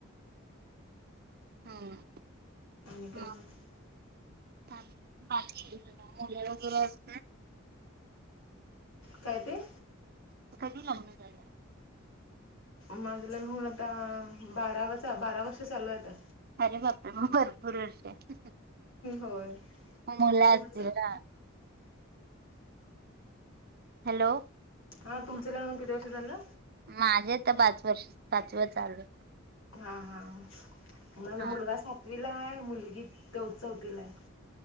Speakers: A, on the right; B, on the left.
A: हम्म
B: आणि काय मग
A: बाकी वगैरे अस
B: काय तेे
A: कजू लाम झा
B: माझला होऊन आता बारावाचा बारा वर्ष चालू आहेता
A: अरे बापे मग भरपूर वर्ष आहे
B: होय
A: मुलं
B: तुमचं
A: असतील ना हॅलो
B: हा तुमच ला म्हणून किती वर्ष झालं
A: माझे तर पाच वर्ष पाचव चाल
B: हा हा माझा
A: हा
B: मुलगा सातवीला आहे मुलगी ते उत् चवतीीला आहे